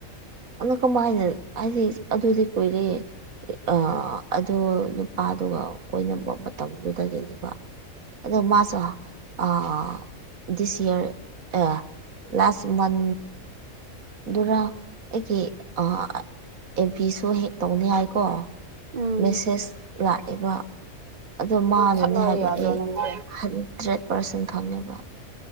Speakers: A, on the right; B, on the right.
A: ꯑꯅ ꯀꯃꯥꯏꯅ ꯍꯥꯏꯗꯤ ꯑꯗꯨꯗꯤ ꯀꯨꯏꯔꯦꯌꯦ ꯑ ꯑꯗꯨ ꯅꯨꯄꯥꯗꯨꯒ ꯀꯣꯏꯅ ꯃꯇꯝꯗꯨꯗꯒꯤꯅꯦꯕ ꯑꯗꯣ ꯃꯥꯁꯨ ꯑ ꯗꯤꯁ ꯑꯤꯌꯔ ꯑ ꯂꯥꯁ ꯃꯟ ꯗꯨꯔꯥ ꯑꯩꯒꯤ ꯑ ꯑꯦꯕꯤꯁꯨ ꯍꯦꯛ ꯇꯧꯅꯤ ꯌꯥꯏꯀꯣ
B: ꯎꯝ
A: ꯃꯦꯁꯦꯁ ꯂꯥꯛꯑꯦꯕ ꯑꯗꯣ ꯃꯥꯅꯅꯦ
B: ꯅꯪ ꯈꯠꯅꯧ
A: ꯍꯥꯏꯕ
B: ꯌꯥꯗ꯭ꯔꯣ
A: ꯑꯩ
B: ꯅꯪꯗꯤ
A: ꯍꯟꯗ꯭ꯔꯦꯠ ꯄꯥꯔꯁꯦꯟ ꯈꯪꯉꯦꯕ